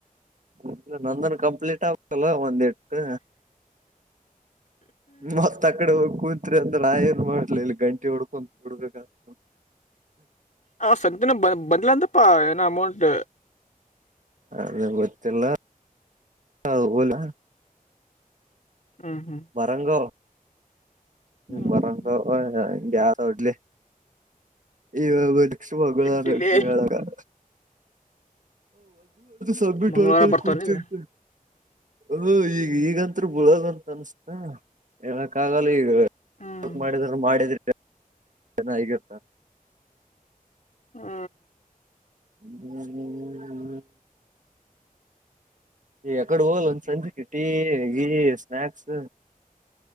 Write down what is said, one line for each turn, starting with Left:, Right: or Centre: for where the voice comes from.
Right: ಇ ನಂದನ್ ಕಂಪ್ಲೀಟ್ ಆಗ್ಬಾಕಲ್ಲ ಒಂದಟ್ಟು ಮತ್ತ ಆ ಕಡೆ ಹೋಗಿ ಕೂತ್ರಿಲ ಅ ನಾ ಏನ್ ಮಾಡ್ಲ ಇಲ್ಲಿ ಗಂಟಿ ಹೊಡ್ಕೊತ್ ಕೂಡಬೇಕತ್
Left: ಆವಾ ಸಧ್ಯನೇ ಬ ಬಂದಿಲ ಅಂತಪ್ಪಾ ಏನೋ ಅಮೌಂಟ್
Right: ಅದ ಗೊತ್ತಿಲ ಅದ ಹೋಲಿ
Left: ಹ್ಮ್ ಹ್ಮ್
Right: ವರಂಗವ
Left: ಹ್ಮ್
Right: ಬರಂವ
Left: ಹ್ಮ್
Right: ಗ ಯಾರ ಒಡ್ಲಿ ಈ ಮಗಳ ಆರೋಗ್ಯಳಗ
Left: ಡಿಲೇ
Right: <unintelligible> ಸಬ್ಮಿಟ್
Left: ಮಂಗಳವಾರ
Right: ಮಾಡ್ಕೊಳಕ್
Left: ಬರ್ತಾವನ
Right: ಕುಂತ್ತಿದ್ದೆ
Left: ಈಗ
Right: ಹ ಈಗ ಈಗಂತ್ರು ಬಿಳದಂತ ಅನ್ಸ್ತ ಹೇಳಕ್ ಆಗಲ್ಲ ಈಗ
Left: ಹ್ಮ್
Right: ತಪ್ಪ್ ಮಾಡಿದರ ಮಾಡಿದ ಚೆನ್ನಾಗಿಗತ್ತ
Left: ಹ್ಮ
Right: ಹ ಎಕಡೆ ಹೋಗಲ್ಲ ಸಂಜೆ ಕ ಟೀ ಹಗಿ ಸ್ನಾಕ್ಸ್